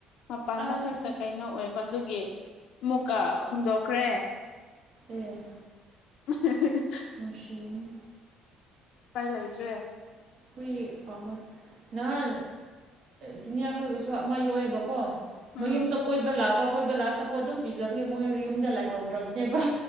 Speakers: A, on the left; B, on the right.
A: ꯃꯄꯥꯟꯗ
B: ꯑꯩ
A: ꯈꯛꯇ ꯀꯩꯅꯣ ꯑꯣꯏꯕ ꯑꯗꯨꯒꯤ ꯑꯃꯨꯛꯀ ꯍꯨꯟꯗꯣꯛꯈ꯭ꯔꯦ
B: ꯎꯝ
A: ꯎ <unintelligible>
B: ꯅꯨꯡꯁꯤꯕꯅꯦ
A: ꯎꯄꯥꯢ ꯂꯩꯗ꯭ꯔꯦ
B: ꯍꯨꯢ ꯄꯥꯝꯃꯦ ꯅꯍꯥꯟ ꯖꯤꯅꯤꯌꯥ ꯈꯣꯏꯒꯁꯨ ꯑꯃ ꯌꯣꯛꯑꯦꯕꯀꯣ
A: ꯎꯝ
B: ꯃꯣꯏꯌꯨꯝꯗ ꯀꯣꯏꯕ ꯂꯥꯛꯄ ꯀꯣꯏꯕ ꯂꯥꯛꯑ ꯆꯄꯣꯠ ꯑꯗꯨꯝ ꯄꯤꯖꯕꯒꯤ ꯃꯣꯏ ꯌꯨꯝꯗ ꯂꯩꯍꯧꯈ꯭ꯔꯕꯅꯦꯕ